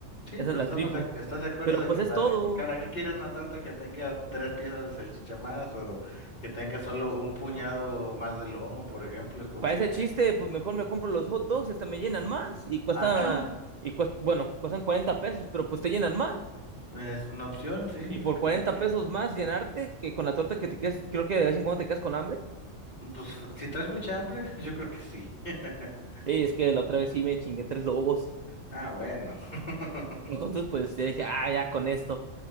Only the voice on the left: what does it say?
Sí,
pero
estamos,
de- ¿estás de acuerdo
de
que
para,
cara, ¿qué quiere una torta que tenga tres piezas de salchicha más o que tenga solo un puñado más de lomo, por ejemplo? Es como
que,
ajá,
es una opción, sí, es
como
que,
pues si traes mucha hambre, <laughs> yo creo que sí. <laughs>
Ah, bueno. <laughs>